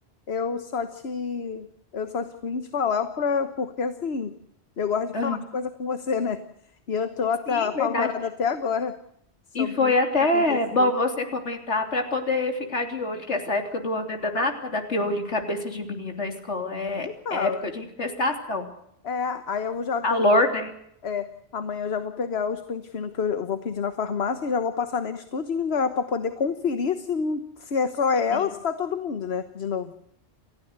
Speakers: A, on the left (about 65°); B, on the left (about 85°).
A: Eu só te, eu só te vim te falar pra, porque assim, eu gosto
B: Aham.
A: de falar as coisas com você, né? E eu tô até
B: Sim,
A: apavorada
B: verdade.
A: até agora sobre
B: E foi
A: o
B: até
A: que aconteceu.
B: bom você comentar para poder ficar de olho, que essa época do ano é danada para dar piolho em cabeça de menino na escola. É,
A: Nem fala.
B: é época de infestação.
A: É, aí eu já tô
B: Calor, né?
A: É, amanhã eu já vou pegar os pente finos que eu eu vou pedir na farmácia e já vou passar neles tudinho para poder conferir se, não- se é só ela,
B: Sim,
A: se tá todo mundo, né? De novo.